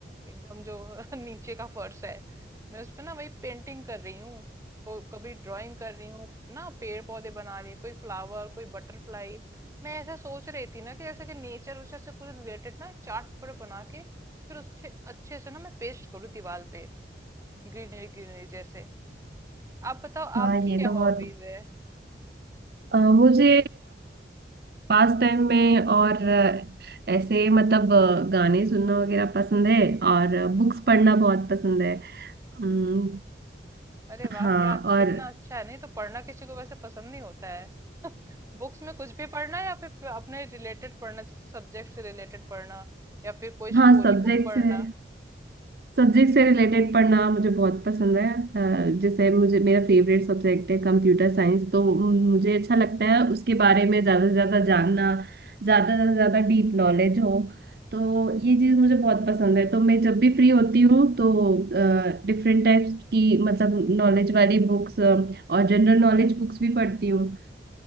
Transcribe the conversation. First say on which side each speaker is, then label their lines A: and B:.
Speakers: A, on the right (about 15°); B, on the right (about 55°).
A: एकदम जो <laughs> नीचे का फर्श है मैं उस पे ना वही पेंटिंग कर रही हूँ तो कभी ड्राइंग कर रही हूँ ना पेड़ पौधे बना रही हूँ कोई फ्लावर कोई बटरफ्लाई मैं ऐसा सोच रही थी ना कि जैसे कि नेचर उचर से कुछ रिलेटेड ना चार्ट पर बना के फिर उससे अच्छे से ना मैं पेस्ट करूँ दीवार पे ग्रीनरी ग्रीनरी जैसे आप बताओ
B: हाँ
A: आपकी
B: ये
A: क्या
B: तो
A: हॉबीज
B: बहुत
A: है
B: अ, मुझे पास टाइम में और अ, ऐसे मतलब अ, गाने सुनना वगैरह पसंद है और बुक्स पढ़ना बहुत पसंद है अम्म,
A: अरे वाह
B: हाँ
A: क्या
B: और
A: कितना अच्छा है नहीं तो पढ़ना किसी को वैसे पसंद नहीं होता है <laughs> बुक्स में कुछ भी पढ़ना या फिर अपने रिलेटेड पढ़ना जैसे सब्जेक्ट से रिलेटेड पढ़ना या फिर कोई
B: हाँ
A: स्टोरी
B: सब्जेक्ट्स
A: बुक पढ़ना
B: है सब्जेक्ट से रिलेटेड पढ़ना मुझे बहुत पसंद है अ, जैसे मुझे मेरा फेवरेट सब्जेक्ट है कंप्यूटर साइंस तो म, मुझे अच्छा लगता है उसके बारे में ज़्यादा से ज़्यादा जानना ज़्यादा से ज़्यादा डीप नॉलेज हो तो ये चीज़ मुझे बहुत पसंद है तो मैं जब भी फ्री होती हूँ तो डिफरेंट टाइप्स की मतलब नॉलेज वाली बुक्स और जनरल नॉलेज बुक्स भी पढ़ती हूँ